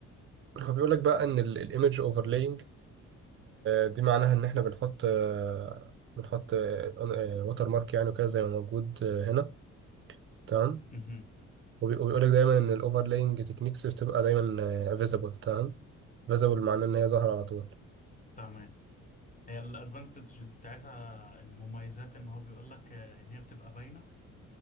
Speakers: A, on the right; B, on the left.
A: هو بيقول لك بقى ان الايمج اوفرلاينج دي معناها ان احنا بنحط آه، بنحط ووتر مارك يعني وكده زي ما موجود آه، هنا تمام
B: مهم.
A: وبي- وبيقول لك دايما ان الاوفرلاينج تكنيكس بتبقى دايما فيزبل تمام فيزبل معناه ان هي ظاهره على طول
B: تمام هي الادفانتجز بتاعتها المميزات ان هو بيقول لك ان هي بتبقى باينه